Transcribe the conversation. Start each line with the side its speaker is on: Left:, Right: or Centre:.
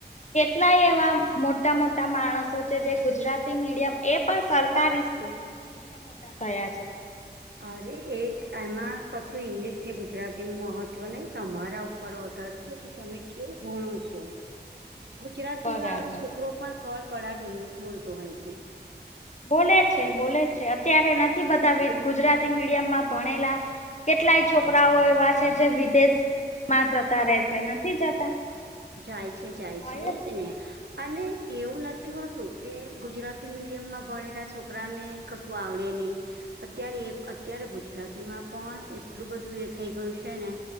Left: કેટલાય એવા મોટા મોટા માણસો છે જે ગુજરાતી મીડિયમ એ પણ સરકારી તેમાં ભણીને મોટા થયા છે.
Right: અરે એક એમાં કશું ઇંગ્લિશ કે ગુજરાતીનું મહત્ત્વ નહીં તમારા ઉપર અધર કે તમે કેવું ભણો છો.
Left: <inaudible>
Right: ગુજરાતી
Left: બરાબર.
Right: વાળો છોકરો પણ કડકળાટ ઇંગ્લિશ બોલતો હોય છે.
Left: બોલે છે બોલે છે અત્યારે નથી બધા ગુજરાતી મીડિયમમાં. ભણેલા કેટલા છોકરાઓ એવા છે જે વિદેશમાં જતા રહે છે નથી જતા.
Right: જાય છે જાય
Left: હોય
Right: છે એજ
Left: જ
Right: ને. અને એવું નથી હોતું કે ગુજરાતી મીડિયમમાં ભણેલા છોકરાને કશું આવડે નહીં. અત્યારે એ અત્યારે ગુજરાતીમાં પણ એટલું બધું એ થઈ ગયું છે ને.